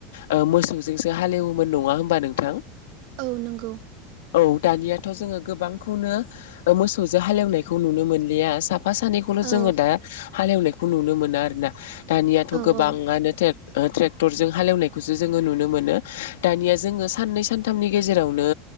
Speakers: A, on the left; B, on the right.
A: ओ मोसौजोंसो हालेवोमोन नंङा होमबा नोंथां?
B: औ नोंगौ
A: औ दानियाथ' जोंङो गोबांखौनो मोसौजों हालेवनायखौ नुनो मोनलिया सा साफा सानैखौल' जोंङो
B: औ
A: दा हालेवनायखौ नुनो मोनो आरोना दानियाथ'
B: औ
A: गोबांङानो
B: औ
A: टेक ट्रेक्टरजों हालेवनायखौसो जोंङो नुनो मोनो दानिया जोंङो साननै सानथामनि गेजेरावनो